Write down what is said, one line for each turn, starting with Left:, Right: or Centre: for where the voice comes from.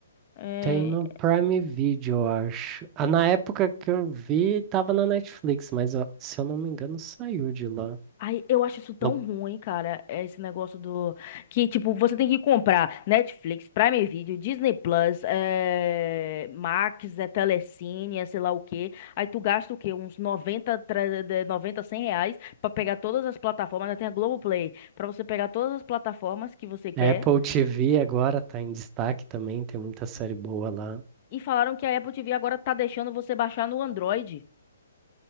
Left: é,
Right: Tem no Prime Video, eu acho. Ah, na época que eu vi, tava na Netflix, mas ó, se eu não me engano, saiu de lá.
Left: Ai, eu acho isso tão
Right: No
Left: ruim, cara. é Esse negócio do. Que, tipo, você tem que comprar Netflix, Prime Video, Disney Plus, é... Max, é Telecine, é sei lá o quê. Aí tu gasta o quê? Uns noventa tre- de- 90 100 reais pra pegar todas as plataformas. Ainda tem a Globoplay. Pra você pegar todas as plataformas que você quer.
Right: Apple TV agora tá em destaque também, tem muita série boa lá.
Left: E falaram que a Apple TV agora tá deixando você baixar no Android.